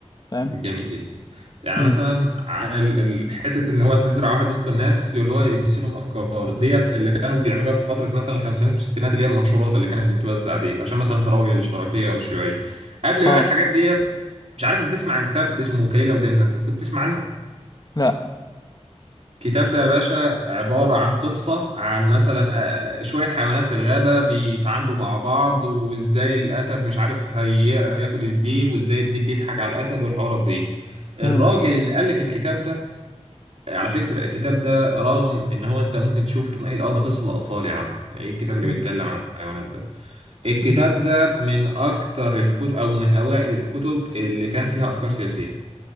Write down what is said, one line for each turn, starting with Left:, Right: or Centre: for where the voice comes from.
Left: فاهم
Right: جميل جدا يعني
Left: امم
Right: مثلا على ال- ال- حته اللي هو انت تزرع واحد وسط الناس اللي هو يبث لهم افكار ديت اللي كانوا بيعملوها في فتره مثلا الخمسينات والستينات اللي هي المنشورات اللي كانت بتتوزع ديت عشان مثلا تراوي الاشتراكيه او الشيوعيه قبل
Left: اه
Right: بقى الحاجات ديت مش عارف انت تسمع عن كتاب اسمه كليله ودمنه كنت تسمع عنه
Left: لا
Right: الكتاب ده يا باشا عبارة عن قصة عن مثلا آه، شوية حيوانات في الغابة بيتعاملوا مع بعض وازاي الأسد مش عارف هياكل الديب وازاي الديب بيضحك على الأسد والحوارات دي الراجل
Left: إمم.
Right: اللي ألف الكتاب ده على فكرة الكتاب ده رغم إن هو أنت ممكن تشوفه تقول إيه اه ده قصة لأطفال يا عم إيه الكتاب اللي
Left: مم.
Right: بيتكلم عن الحيوانات ده الكتاب
Left: مم.
Right: ده من أكتر الكتب أو من أوائل الكتب اللي كان فيها أفكار سياسية